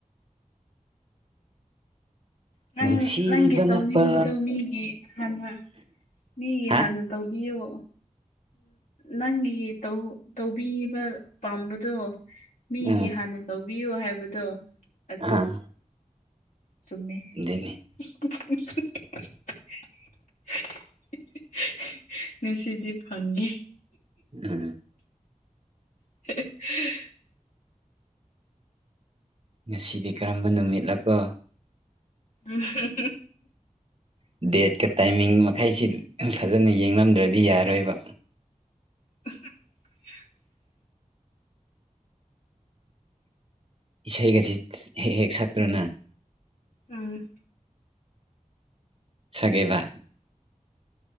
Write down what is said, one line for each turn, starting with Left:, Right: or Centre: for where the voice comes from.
Left: ꯅꯪ
Right: ꯅꯨꯡꯁꯤꯕꯅꯄꯥ
Left: ꯅꯪꯒꯤ ꯇꯧꯅꯤꯡꯕꯗꯨꯣ ꯃꯤꯒꯤ ꯍꯟꯅꯥ ꯃꯤꯒꯤ
Right: ꯍꯥ
Left: ꯍꯥꯟꯅ ꯇꯧꯕꯤꯌꯣ ꯅꯪꯒꯤ ꯇꯧ ꯇꯧꯕꯤꯕ ꯄꯥꯝꯕꯗꯣ ꯃꯤꯒꯤ
Right: ꯎꯝ
Left: ꯍꯥꯟꯅ ꯇꯧꯕꯤꯌꯨ ꯍꯥꯏꯕꯗꯣ ꯑꯗꯨ
Right: ꯑꯥ
Left: ꯆꯨꯝꯃꯦ
Right: <unintelligible>
Left: <unintelligible> ꯉꯁꯤꯗꯤ ꯐꯪꯉꯦ
Right: ꯑꯥ
Left: <unintelligible>
Right: ꯉꯁꯤꯗꯤ ꯀꯔꯝꯕ ꯅꯨꯃꯤꯠꯂꯀꯣ
Left: ꯎꯝ
Right: <inaudible> ꯗꯦꯠꯀ ꯇꯥꯏꯃꯤꯡ ꯃꯈꯩꯁꯤ ꯐꯖꯅ ꯌꯦꯡꯉꯝꯗ꯭ꯔꯗꯤ ꯌꯥꯔꯣꯏꯕ
Left: <inaudible>
Right: ꯏꯁꯩꯒꯁꯤ ꯍꯦꯛ ꯍꯦꯛ ꯁꯛꯇꯔꯥ ꯅꯪ
Left: ꯎꯝ
Right: ꯁꯛꯑꯦꯕ